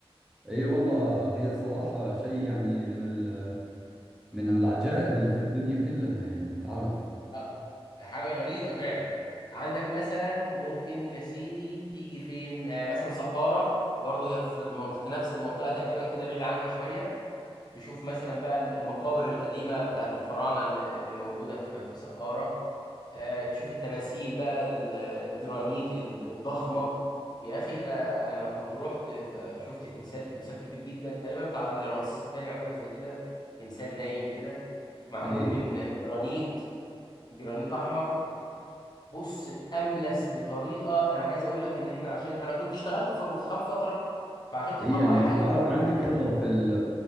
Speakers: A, in the centre; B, on the left.
A: اي والله هي الصراحة شيء يعني من ال... من العجائب اللي في الدنيا كلها يعني تعرف
B: لا حاجة غريبة فعلا عندك مثلا ممكن يا سيدي تيجي فين آه، مثلا سقارة برضه هي في المنطقة في نفس المنطقة تقريبا كده بعيد عنها شوية تشوف مثلا بقى المقابر القديمة بتاعت الفراعنة اللي اللي موجودة في في سقارة آه، تشوف التماثيل بقى ال- الجرانيت ال- الضخمة يا أخي ده أنا كنت رحت فشفت تمثال تمثال كبير جدا تقريبا بتاع رمسيس التاني أو حاجة زي كده تمثال نايم كده معمول
A: اي
B: من جرانيت جرانيت احمر بص املس بطريقه انا عايز اقول لك ان احنا عشان انا كنت اشتغلت في الرخام فتره فعشان تطلع
A: اي يعني
B: حاجه
A: تعرف
B: بالصعوبه
A: عندك خبرة
B: دي
A: في ال...